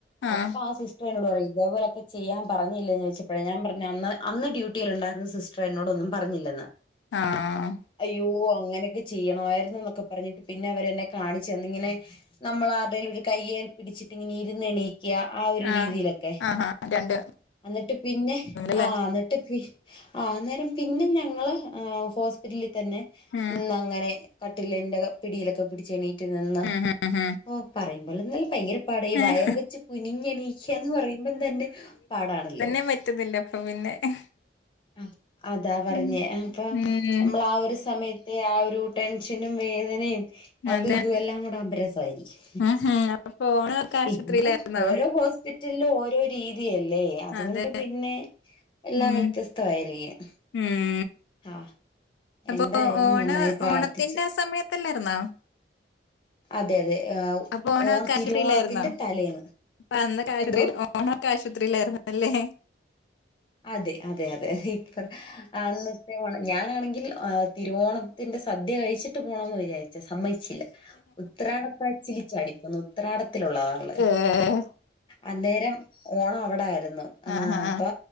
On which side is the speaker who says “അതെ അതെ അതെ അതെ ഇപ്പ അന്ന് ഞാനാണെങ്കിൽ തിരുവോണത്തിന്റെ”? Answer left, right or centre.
Left